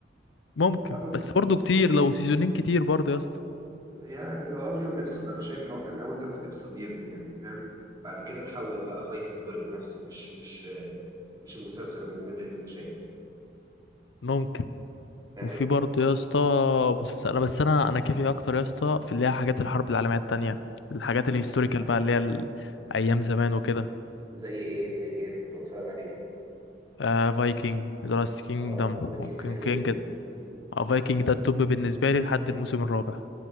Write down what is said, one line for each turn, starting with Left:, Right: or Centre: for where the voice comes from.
Left: ممكن
Right: صاحبك
Left: بس برضو كتير لو سيزونين كتير برضو يا اسطى
Right: يعني هو اول كام ابسود انا شايف ان هو كان اول كام ابسود يبني يعني فاهم بعد كده تحول بقى هايزنبرج نفسه مش مش مش المسلسل الممل اللي انت شايفه
Left: ممكن
Right: فاهم
Left: وفي برضو يا اسطى مسلسل بس انا انا كيفي اكتر يا اسطى في اللي هي حاجات الحرب العالميه التانية الحاجات الهيستوريكال
Right: اه
Left: بقى اللي هي ال- ايام زمان وكده
Right: زي ايه زي ايه انا كنت بتفرج عليهم
Left: آه فايكنج ذا لاست كينجدم
Right: اه فايكنج
Left: ممكن
Right: كان حلو
Left: كينج
Right: جدا
Left: آه فايكنج ده التوب بالنسبه لي لحد الموسم الرابع